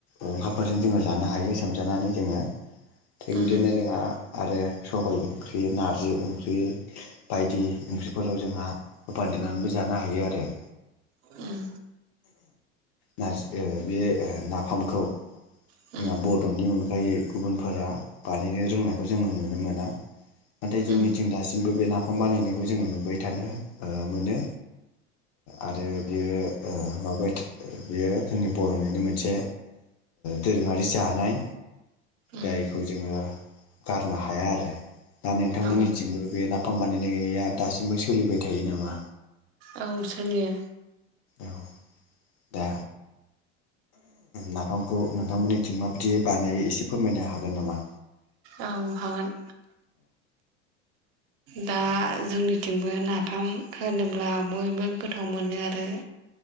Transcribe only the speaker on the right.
उम
उम
उम
उम
उम
औ
औ सोलियो
औ हागोन दा जोंनिथिंबो नाफाम होनोब्ला बयबो गोथाव मोनो आरो